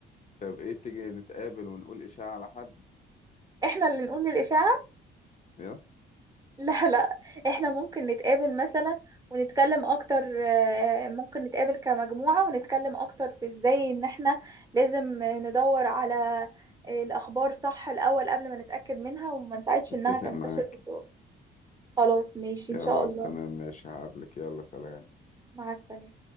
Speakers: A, on the left; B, on the right.
A: طب ايه تيجي نتقابل ونقول اشاعة على حد
B: احنا اللي نقول للاشاعة
A: يلا
B: <laughs> لا لا احنا ممكن نتقابل مثلا ونتكلم اكتر آه، ممكن نتقابل كمجموعة ونتكلم اكتر في ازاي ان احنا لازم ندور على الأخبار صح الأول قبل ما نتأكد منها وما نساعدش
A: اتفق
B: إنها تنتشر
A: معاك
B: بسرعة خلاص ماشي
A: خلاص
B: إن شاء الله
A: تمام ماشي هقابلك يلا سلام
B: مع السلامة